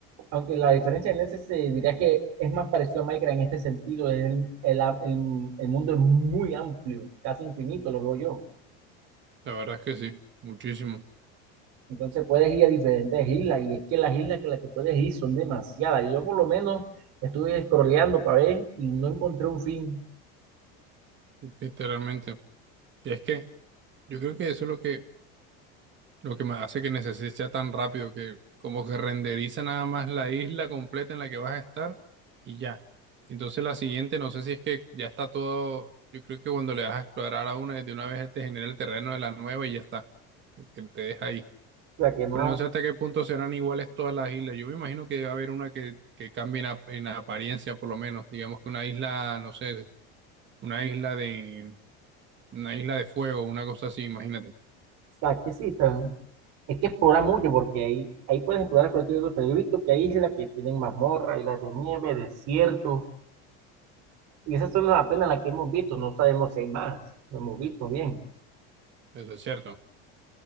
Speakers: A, on the right; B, on the right.
A: aunque la diferencia en ese se diría que es más parecido a Minecraft en este sentido, es el, el, el- el mundo es muy amplio, casi infinito, lo veo yo.
B: La verdad es que sí, muchísimo,
A: Entonces puedes ir a diferentes islas y es que las islas que las que puedes ir son demasiadas. Yo por lo menos estuve scrolleando para ver y no encontré un fin.
B: literalmente. Y es que yo creo que eso es lo que, lo que me hace que necesite sea tan rápido, que como que renderiza nada más la isla completa en la que vas a estar y ya. Entonces la siguiente, no sé si es que ya está todo, yo creo que cuando le das a explorar a una, de una vez te genera el terreno de la nueva y ya está, que te deja ahí.
A: O sea que no,
B: Pero no
A: o
B: sé hasta qué punto serán iguales todas las islas. Yo me imagino que va a haber una que, que cambie en, ap- en apariencia, por lo menos. Digamos que una isla, no sé, una isla de, una isla de fuego, una cosa así, imagínate.
A: sea que sí, tan- es que explorar mucho porque ahí, ahí puedes explorar cualquier cosa. Yo he visto que hay islas que tienen mazmorra, islas de nieve, desiertos Y esa solo es apenas la que hemos visto, no sabemos si hay más, no hemos visto bien.
B: Eso es cierto.